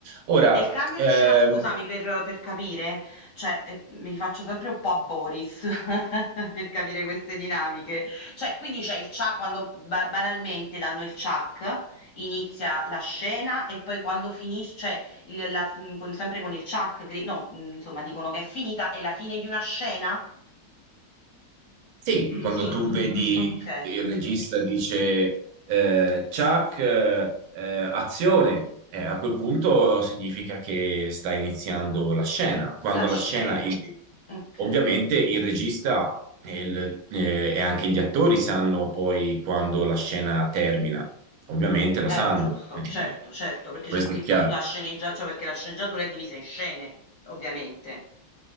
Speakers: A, on the right; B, on the left.
A: Ora,
B: E il cambio
A: ehm,
B: di scena scusami per per capire, cioè, ehm, mi rifaccio sempre un po' a Boris <laughs> per capire queste dinamiche. Cioè, quindi c'è il cia quando ba banalmente danno il ciak, inizia la scena e poi quando finis cioè il la mhmm, con sempre con il ciak gri no, mhmm, insomma dicono che è finita, è la fine di una scena?
A: Sì, quando
B: Sì,
A: tu vedi
B: okay.
A: che il regista dice eh, Chuck, eh, eh, azione, eh, a quel punto significa che sta iniziando la scena. Quando
B: La scena.
A: la scena, il-
B: Okay.
A: ovviamente il regista e, il- eh, e anche gli attori sanno poi quando la scena termina, ovviamente la
B: Eh,
A: sanno,
B: giusto,
A: eh,
B: certo, certo, perché
A: questo
B: c'è scritto
A: è chiaro.
B: sulla sceneggia cioè perché la sceneggiatura è divisa in scene, ovviamente,